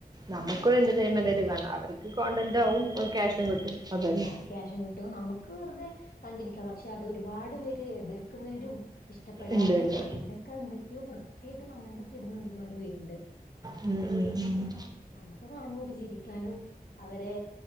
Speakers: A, on the right; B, on the left.
A: നമുക്കു എന്റർടെമെന്റ് ആയിട്ട് കാണാം അവര്ക്ക്
B: ഉം
A: കോണ്ടെന്റ്
B: പക്ഷെ
A: ആവും ക്യാഷും
B: ഉം
A: കിട്ടും അത് തന്നെ
B: ആഹ് ക്യാഷും കിട്ടും നമുക്ക് വെറുതെ കണ്ടിരിക്കാം പക്ഷേ അത് ഒരുപാട് പേര് എതിർക്കുന്നവരും ഇഷ്ടപ്പെടാത്ത
A: ഉണ്ട് ഉണ്ട്
B: കമന്റൊക്കെ എന്തൊക്കെയോ വൃത്തികെട്ട കമന്റൊക്കെ ഇടുന്ന ഒരുപാട് പേരുണ്ട്
A: ഉം ഉം ഉം
B: നമ്മക്ക് കുണുമ്പോ ഒരു ചിരിക്കാനും അവരെ